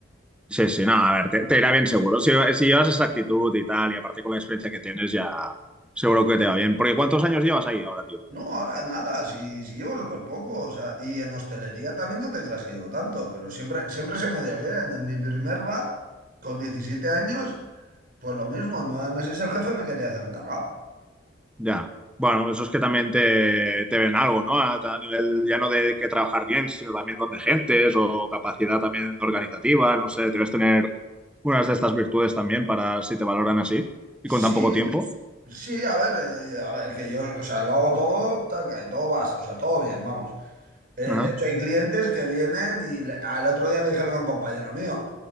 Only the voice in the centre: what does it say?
Sí, sí, no, a ver, te, te irá bien seguro. Si, si llevas esa actitud y tal, y aparte con la experiencia que tienes, ya seguro que te va bien. Porque ¿cuántos años llevas ahí ahora, tío?
Ya. Bueno, eso es que también te, te ven algo, ¿no? A, a nivel ya no de que trabajar bien, sino también donde gentes o capacidad también organizativa, no sé, debes tener unas de estas virtudes también para si te valoran así y
con tan poco tiempo.
Ajá.